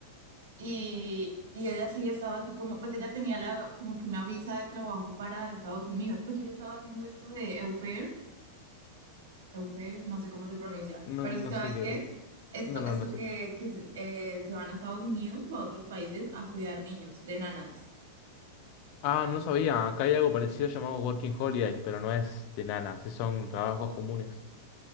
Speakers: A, on the right (about 85°); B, on the left (about 35°).
A: Y, y ella sí estaba así como, pues ella tenía la, como que una visa de trabajo para Estados Unidos, porque ella estaba haciendo esto de au pair, au pair, no sé cómo se pronuncia,
B: no,
A: pero
B: no
A: si sabes
B: sé qué
A: qué es,
B: es.
A: esto,
B: No, no,
A: esto
B: no sé
A: que,
B: qué.
A: que se eh, se van a Estados Unidos o a otros países a cuidar niños de nanas.
B: Ah, no sabía. Acá hay algo parecido llamado Working Holiday, pero no es de nanas, sí son trabajos comunes.